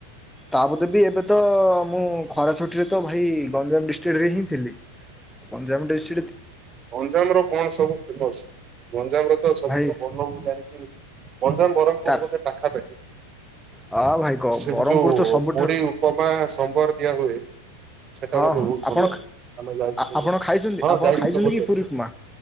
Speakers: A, in the centre; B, on the right.
A: ତା ବଦେ ବି ଏବେ ତ ମୁଁ ଖରା ଛୁଟିରେ ତ ଭାଇ ଗଞ୍ଜାମ ଡିଷ୍ଟିଡି୍ ରେ ହିଁ ଥିଲି ଗଞ୍ଜାମ ଡିଷ୍ଟି୍
B: ଗଞ୍ଜାମର କଣ ସବୁ ଫେମସ୍ ଗଞ୍ଜାମରେ ତ ସବୁଠାରୁ
A: ଭାଇ
B: ଭଲ ମୁଁ ଜାଣିଚି ଗଞ୍ଜାମ ବରହମ୍
A: ତା
B: ପୁର ବୋଧେ ପାଖାପାଖି।
A: ଆ ଭାଇ ଗ
B: ସେଠି
A: ବ୍ରହ୍ମପୁର
B: ଯୋଉ
A: ତ ସବୁଠାରୁ
B: ପୁରୀ ଉପମା ସମ୍ବର ଦିଆ ହୁଏ ସେଟା
A: ହଁ
B: ମତେ
A: ହଁ
B: ବହୁତ୍
A: ଆପଣ
B: ଭଲ ଲାଗେ ଆମେ ଯାଇଥିଲୁୁ
A: ଆପଣ ଖାଇଛନ୍ତି
B: ହଁ
A: ଆପଣ
B: ଯାଇଥିଲୁ
A: ଖାଇଛନ୍ତି
B: ବୁଲିଆକୁ
A: କି ପୁରୀ ଉପମା?